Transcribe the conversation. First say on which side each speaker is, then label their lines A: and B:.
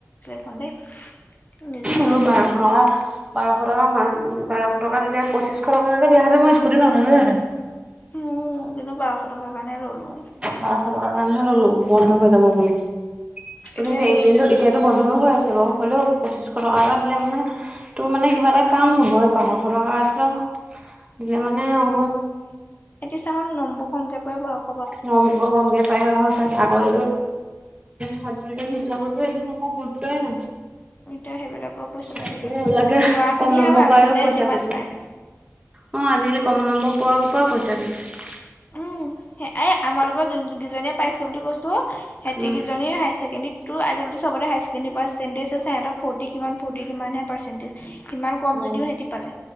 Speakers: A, on the left; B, on the right.
A: ৰ দেই নিযুত
B: আৰু
A: মইনা
B: বাৰশ
A: লোৱাই ভাল
B: টকা
A: আছিলে
B: বাৰশ টকা মান বাৰশ টকা দিলে পচিশটকে দিয়া হে মই স্কুটি নললো হেতেন
A: উ যনো বাৰশ টকাৰ কাৰণে ললো
B: বাৰশ টকাৰ কাৰণেহে ললো বন্ধ হৈ যাব বুলি ত
A: এতিয়া
B: এয়া এইনো
A: হেৰি
B: এতিয়াতো বন্ধও হয়। বাৰু হ'লেও পঁচিশ টকা এটা দিলে মানে তোৰ মানে কিবা এটা কাম হ'ব বাৰশ টকা এ বলে মানে আমাৰ
A: নম্ব খমকে পৰিব আৰু
B: নম্বৰ কমকে পায় সঁচাকে আগতেতো খাদ এ নিলাপতে এদ ম ক গোট হয় ন
A: এতিয়া সেইবিলাকেও পইচা পাই
B: এইবিলাকে
A: থাকে। ল'ৰা খিনিহে
B: কম নম্বৰ
A: ভাল
B: পায়ও
A: যোনে
B: পইচা
A: যিমান
B: পাইছে।
A: পায়।
B: অ আজিকালি কম নম্বৰ পোৱাৰ পৰাও পইচা পাইছে
A: উম এ আমাৰ লগৰ যিজনে পাইছে বুলি কৈছো। <unintelligible>
B: উম
A: কজনীৰ হায়াৰ ছেকেণ্ডৰীত তো আজিকালিোবতে হায়াৰ ছেণ্ডেৰ পাৰেণ্টেজছে সিহঁত ফৰটি কিমান ফৰ্টি কিমানহে পাৰ্চেটেজ ইমান কম
B: অ
A: যদিও সিহঁতি পালে